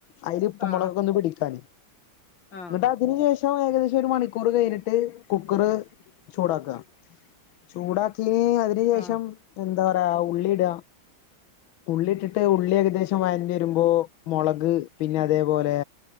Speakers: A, on the left; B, on the left.
A: ആയില് പ്പുംമോളോകൊക്കൊന്ന്
B: ആഹ്
A: പിടിക്കാന്
B: ആഹ്
A: ന്ന്ട്ട് അതിന് ശേഷ് പ്പൊ ഏകദേശം ഒരു മണിക്കൂർ കയ്നിട്ട് കുക്കറ് ചൂടാക്കാ ചൂടാക്കി ഏ അതിന് ശേഷം
B: ആഹ്
A: എർ എന്താ പറയാ ഉള്ളിട ഉള്ളിട്ടിട്ട് ഉള്ളി ഏകദേശം വയന്നെരുമ്പോ മൊളക് പിന്നെ അതെപോലെ